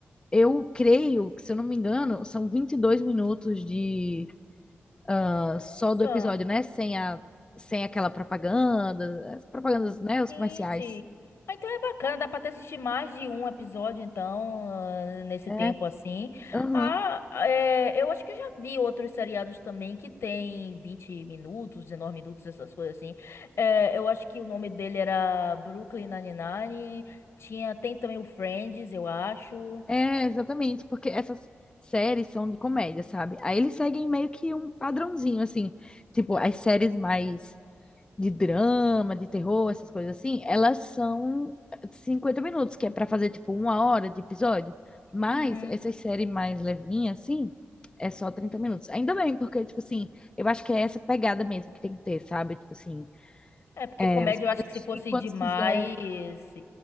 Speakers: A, on the left (about 20°); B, on the left (about 75°).
A: Eu creio que, se eu não me engano, são 22 minutos de ah,
B: Nossa.
A: só do episódio, né? Sem a, sem aquela propaganda, as propagandas, né? Os
B: Gente,
A: comerciais.
B: ah, então é bacana, dá pra até assistir mais de um episódio, então, ah, nesse
A: É,
B: tempo assim.
A: aham.
B: Ah, é, eu acho que eu já vi outros seriados também que tem 20 minutos, 19 minutos, essas coisas assim. É, eu acho que o nome dele era Brooklyn Nine-Nine, tinha, tem também o Friends, eu acho.
A: É, exatamente, porque essas séries são de comédia, sabe? Aí eles seguem meio que um padrãozinho, assim, tipo, as séries mais de drama, de terror, essas coisas assim, elas são 50 minutos, que é pra fazer tipo uma hora de episódio. Mas
B: Uhum.
A: essas séries mais levinhas, assim, é só 30 minutos. Ainda bem, porque, tipo assim, eu acho que é essa pegada mesmo que tem que ter, sabe? Tipo assim,
B: É, porque
A: é,
B: comédia
A: você pode
B: eu acho
A: assistir
B: que se fosse
A: quando
B: demais,
A: quiser.